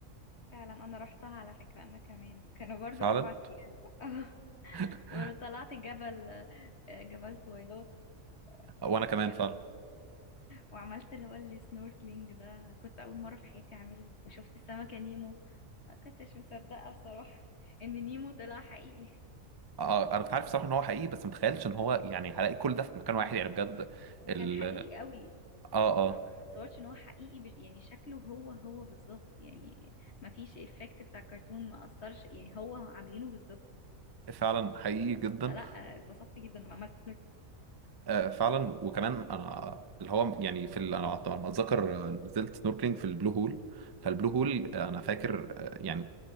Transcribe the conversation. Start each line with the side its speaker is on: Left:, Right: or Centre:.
Left: فعلا انا رحتها على فكرة انا كمان كانوا برضو
Right: فعلا
Left: اربع ايام <laughs>
Right: <laughs>
Left: وطلعت جبل آه، جبل تويلات
Right: وانا
Left: وش
Right: كمان فعلا
Left: وعملت اللي هو السنوركلينج ده كنت أول مرة في حياتي أعمله وشفت السمكة نيمو ما كنتش مصدقة بصراحة <laughs> إن نيمو طلع حقيقي
Right: آه، آه، انا كنت عارف صراحه ان هو حقيقي بس متخيلش ان هو يعني هلاقي كل ده في مكان واحد يعني بجد
Left: وكان
Right: ال
Left: حقيقي قوي
Right: اه
Left: يعني انا
Right: اه
Left: أنا ما اتصورش ان هو حقيقي ب- يعني شكله هو هو بالظبط يعني ما فيش افكت بتاع الكرتون ما اثرش يعني هو عاملينه بالظبط
Right: فعلا حقيقي جدا
Left: فلا آه، اتبسطت جدا لما عملت سيركل
Right: آه، فعلا وكمان انا اللي هو يعني في ال... انا على ما اتذكر آه، نزلت سنوركلينج في البلو هول فالبلو هول آه، انا فاكر آه، يعني